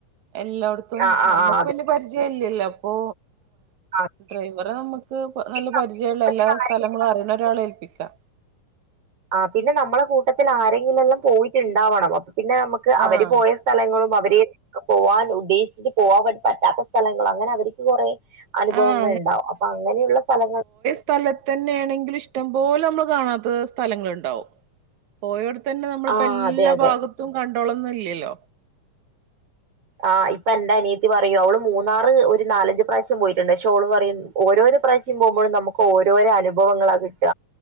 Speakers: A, on the right; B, on the right.
A: എല്ലോ
B: ആഹ് ആഹ്
A: നമ്മുക്ക് പിന്നെ പരിചയല്ലല്ലോ അപ്പൊ
B: ആഹ് അതെ
A: ഡ്രൈവറെ നമുക്ക് നല്ല
B: ആഹ്
A: പരിചയള്ള
B: പിന്നെ നമ്മുടെ
A: എല്ലാ
B: കൂട്ടത്തിൽ ആരെ
A: സ്ഥലങ്ങളും അറിയണ ഒരാളേ ഏൽപ്പിക്കാം
B: ആ പിന്നെ നമ്മളെ കൂട്ടത്തിൽ ആരെങ്കിലെല്ലാം പോയിട്ടുണ്ടാവണം അപ്പൊ പിന്നെ നമുക്ക് അവര്
A: ആഹ്
B: പോയ സ്ഥലങ്ങളും അവരെ പോവാൻ ഉദ്ദേശിട്ട് പോവാൻേി പറ്റാത്ത സ്ഥലങ്ങളും അങ്ങനെ അവർക്ക് കുറെ അനുഭവങ്ങൾ
A: ആഹ്
B: ഉണ്ടാവും അപ്പൊ അങ്ങനെയുള്ള സ്ഥലങ്ങൾ
A: സ്ഥല തന്നെയാണെങ്കും ഇഷ്ടം പോലെ നമ്മള് കാണാത്ത സ്ഥലങ്ങളണ്ടാവും പോയടെതന്നെ നമ്മളിപ്പോ
B: ആഹ്
A: എല്ലാ
B: അതെ അതെ
A: ഭാഗത്തും കണ്ടോളന്നല്ലല്ലോ
B: ആ് ഇപ്പൊ എന്റെ അനിയത്തി പറയൂ അവള് മൂന്നാറ് ഒരു നാലഞ്ചച് പ്രാവശ്യം പോയിട്ടുണ്ട് പക്ഷെ ഓള് പറയും ഓരോരോ പ്രാവശ്യം പോകുമ്പോഴ നമുക്ക് ഓരോരോരനുഭവങ്ങളാണ് കിട്ട